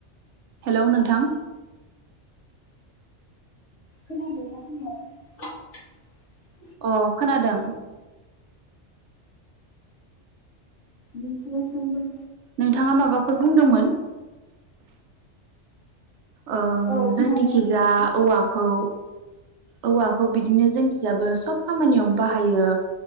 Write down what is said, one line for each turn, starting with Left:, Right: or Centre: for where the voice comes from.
Right: हेल नोंथां
Left: खोनादोंना <inaudible>
Right: अ खोनादों
Left: नोंसोरनि थिंबो
Right: नोंथाङा माबाफोर बुंदोंमोन। ओम
Left: औ खोनागासिनो
Right: जोंनिखिजा औवाखौ। औवाखौ बिदिनो जोंखिजाबो सब खामानियावनो बाहायो